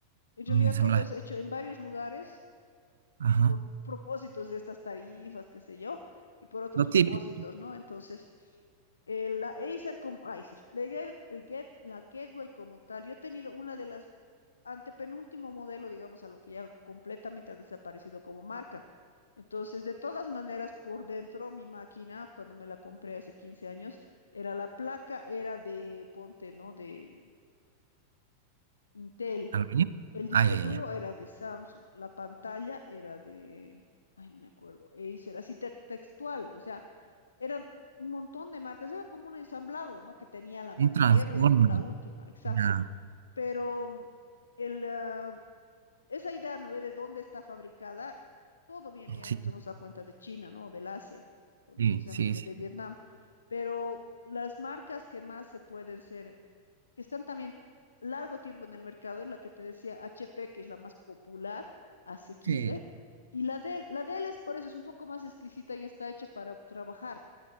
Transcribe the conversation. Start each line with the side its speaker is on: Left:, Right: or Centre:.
Left: en realidad
Right: Un ensamblaje.
Left: todo es hecho en varios lugares
Right: Ajá.
Left: por propósitos de estas tarifas, qué sé yo, y por otros
Right: Lo
Left: propósitos,
Right: típico.
Left: ¿no? Entonces, eh, la Acer como, Acer, la, Ga- el Get- la Gateway como tal, yo he tenido una de las antepenúltimo modelo, digamos, a lo que ya completamente ha desaparecido como marca. Entonces, de todas maneras, por dentro, mi máquina, cuando me la compré hace 15 años, era la placa, era de, ponte, ¿no? De Intel.
Right: ¿Aluminio?
Left: El disco
Right: Ah, ya, ya,
Left: duro
Right: ya.
Left: era de Samsung. La pantalla era de, ay, no me acuerdo, Acer, así te- textual. O sea, eran un montón de marcas. Era como un ensamblado, ¿no? Que tenía la marca
Right: Un transformer.
Left: Gateway, ¿no? La última, exacto.
Right: Ya.
Left: Pero mm, el, ah, esa idea, ¿no ve? De dónde está fabricada, todo viene, ya
Right: Sí,
Left: nos hemos dado cuenta de China, ¿no? Del Asia, o de-
Right: sí,
Left: especialmente
Right: sí, sí.
Left: de Vietnam. Pero las marcas que más se pueden ser, que están también largo tiempo en el mercado, es la que te decía HP, que es la más popular, asequible,
Right: Sí.
Left: y la Dell, la Dell es por eso, es un poco más exquisita y está hecha para trabajar.